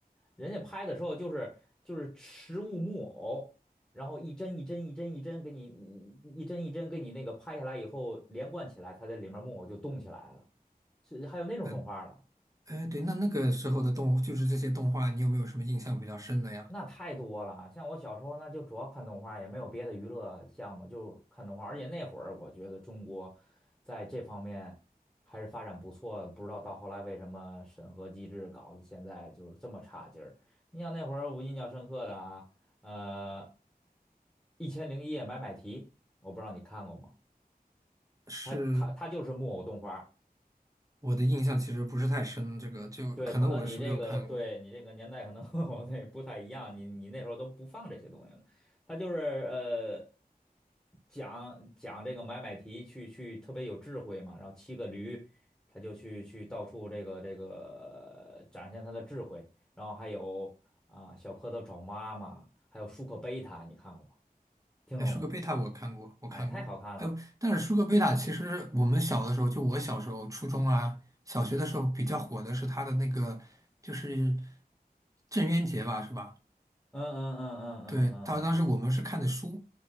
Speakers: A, in the centre; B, on the right.
A: 人家拍的时候就是就是实物木偶，然后一帧一帧一帧一帧给你一一帧一帧给你那个拍下来以后连贯起来，它在里面木偶就动起来了，是还有那种动画了。
B: 呃，哎，对，那那个时候的动，就是这些动画，你有没有什么印象比较深的呀？
A: 那太多了，像我小时候那就主要看动画，也没有别的娱乐项目，就看动画。而且那会儿我觉得中国在这方面还是发展不错，不知道到后来为什么审核机制搞得现在就是这么差劲儿。你像那会儿我印象深刻的啊，呃，《一千零一夜》买买提，我不知道你看过吗？
B: 是
A: 它它它就是木偶动画，
B: 我的印象其实不是太深，这个就可能我是没有看过。
A: 对，可能你这个对你这个年代可能和 <laughs> 我那不太一样，你你那时候都不放这些东西了，他就是呃讲讲这个买买提去去特别有智慧嘛，然后骑个驴，他就去去到处这个这个呃展现他的智慧，然后还有啊、小蝌蚪找妈妈，还有舒克贝塔，你看过吗？听说过吗？
B: 哎，舒克贝塔我看过，我看过。
A: 哎，太好看了，
B: 哎，但是舒克贝塔其实我们小的时候，就我小时候，初中啊、小学的时候比较火的是他的那个，就是郑渊洁吧，是吧？
A: 嗯嗯嗯嗯嗯嗯嗯。
B: 对，他当时我们是看的书。
A: 嗯